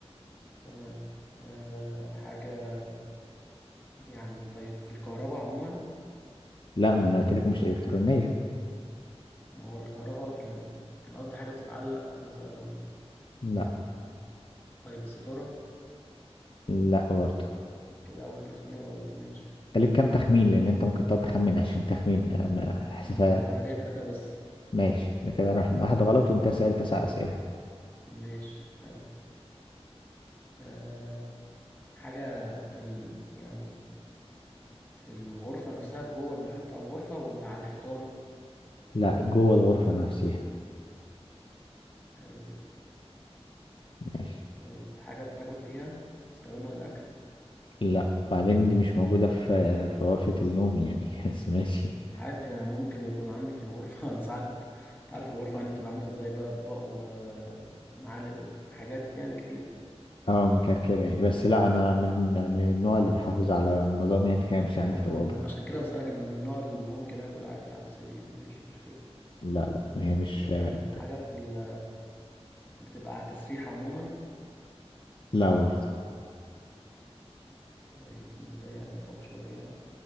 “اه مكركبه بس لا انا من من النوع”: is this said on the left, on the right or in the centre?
Left